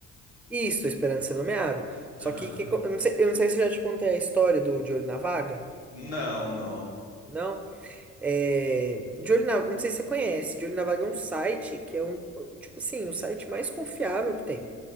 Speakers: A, in the centre; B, on the left.
A: Isso, tô esperando ser nomeado.
B: Aham.
A: Só que, que co- eu não sei, eu não sei se eu já te contei a história do De Olho na Vaga.
B: Não, não.
A: Não? É, de Olho na, não sei se você conhece. De Olho na Vaga é um site que é um, tipo assim, o site mais confiável que tem.